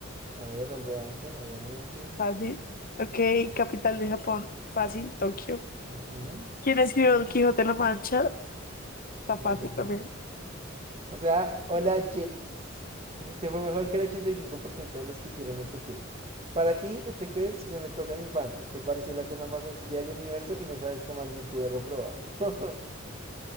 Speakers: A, on the right (about 30°); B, on the left (about 45°).
A: A ver, Albert Einstein, obviamente.
B: Fácil. Ok, capital de Japón. Fácil. Tokio.
A: Ujú.
B: ¿Quién escribió Don Quijote de la Mancha? Está
A: Miguel
B: fácil
A: de
B: también.
A: O sea, hola Genix. Te fue mejor que el 85% de los que hicieron este quiz. Para ti, este quiz fue una cosa de infantes. Te pareció la cosa más sencilla del universo y no sabes cómo alguien pudo reprobarlo. <laughs>